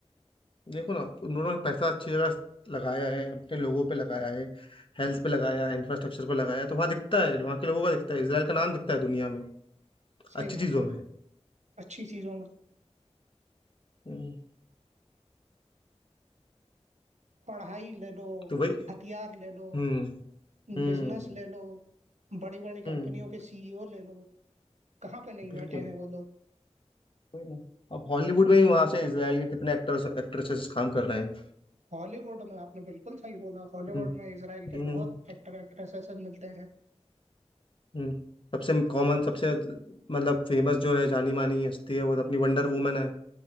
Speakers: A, on the left (about 50°); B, on the right (about 85°).
A: देखो ना उन लोगों ने पैसा अच्छी जगह लगाया है अपने लोगों पे लगाया है हेल्थ पे लगाया है इंफ्रास्ट्रक्चर पे लगाया है तो वहाँ दिखता है वहाँ के लोगों का दिखता है इसराइल का नाम दिखता है दुनिया में
B: सही
A: अच्छी
B: बात
A: चीजों
B: है
A: में
B: अच्छी चीजों में
A: हम्म,
B: पढ़ाई ले लो
A: तो भाई
B: हथियार ले लो
A: हम्म हम्म
B: बिजनेस ले लो बड़ी बड़ी
A: हम्म
B: कंपनियों के सीईओ ले लो कहाँ पे नहीं
A: बिल्कुल
B: बैठे हैं वो लोग
A: वही ना अब हॉलीवुड में भी वहां से इसराइल के कितने एक्टर्स एक्ट्रेसेस काम कर रहे हैं
B: हॉलीवुड में आपने बिल्कुल सही बोला हॉलीवुड
A: हम्म,
B: में इसराइल के
A: हम्म,
B: बहुत एक्टर एक्ट्रेसेस मिलते हैं
A: हम्म। सबसे कॉमन सबसे मतलब फेमस जो है जानी मानी हस्ती है वो तो अपनी वंडर वुमन है